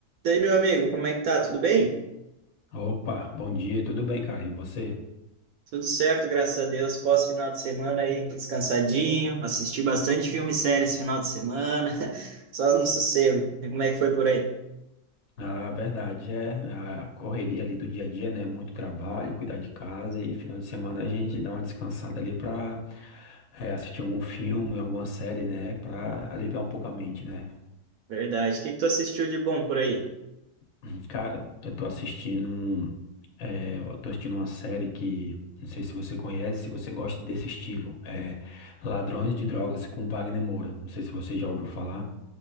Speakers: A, on the right (about 70°); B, on the left (about 65°).
A: E aí, meu amigo, como é que tá? Tudo bem?
B: Opa, bom dia, tudo bem, cara? E você?
A: Tudo certo, graças a Deus. Pós-final de semana aí, descansadinho. Assisti bastante filme e série esse final de semana. <laughs> Só no sossego. E como é que foi por aí?
B: A verdade é a correria ali do dia a dia, né? Muito trabalho, cuidar de casa e final de semana a gente dá uma descansada ali pra é, assistir algum filme, alguma série, né? Pra aliviar um pouco a mente, né?
A: Verdade. O que que tu assistiu de bom por aí?
B: <clears throat> Cara, eu tô assistindo, um- é, eu tô assistindo uma série que não sei se você conhece, se você gosta desse estilo, é Ladrões de Drogas com Wagner Moura. Não sei se você já ouviu falar.